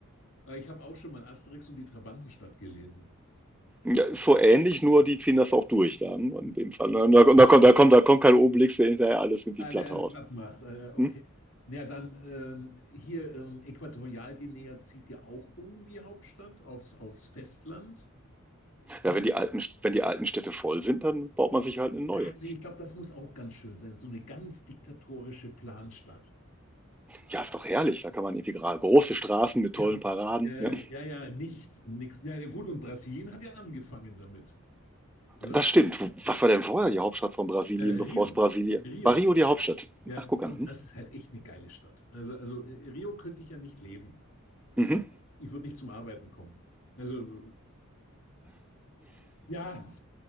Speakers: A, on the left; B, in the centre.
A: Äh, Ich habe auch schon mal Asterix und die Trabantenstadt gelesen.
B: Ja, ist so ähnlich, nur die ziehen das auch durch dann in dem Fall. Und da, und da kommt, da kommt, da kommt kein Obelix, der hinterher alles irgendwie
A: Ah,
B: platt
A: der alles
B: haut.
A: platt macht. Äh, okay.
B: Hm?
A: Na Ja, dann ähm, hier ähm, Äquatorialguinea zieht ja auch um die Hauptstadt aufs, aufs Festland. Das
B: Ja, wenn
A: ist,
B: die alten, wenn die alten Städte voll sind, dann baut man sich halt eine neue.
A: ah, nee, ich glaube, das muss auch ganz schön sein. So eine ganz diktatorische Planstadt.
B: Ja, ist doch herrlich. Da kann man irgendwie gerade große Straßen mit
A: Ja.
B: tollen Paraden.
A: Äh,
B: Ne?
A: ja, ja, nichts, nichts. Ja, ja, gut, und Brasilien hat ja angefangen damit, oder?
B: Das stimmt. Wo- Was war denn vorher die Hauptstadt von Brasilien,
A: Äh, Rio.
B: bevor es Brasilien?
A: Rio.
B: War Rio die Hauptstadt?
A: Ja,
B: Ach, guck
A: und
B: an.
A: das ist halt echt eine geile Stadt. Also, also äh, Rio könnte ich ja nicht leben,
B: Hm?
A: weil ich würde nicht zum Arbeiten kommen. Also, ja,